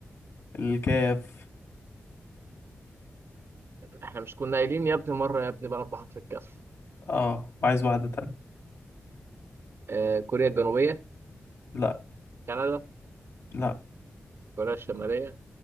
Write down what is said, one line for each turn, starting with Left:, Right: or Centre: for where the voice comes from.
Left: الكاف
Right: احنا مش كنا قايلين يا ابني مره يا ابني مربى حرف الكاف
Left: اه عايز واحده تانية
Right: آه كوريا الجنوبيه
Left: لا
Right: كندا
Left: لا
Right: كوريا الشماليه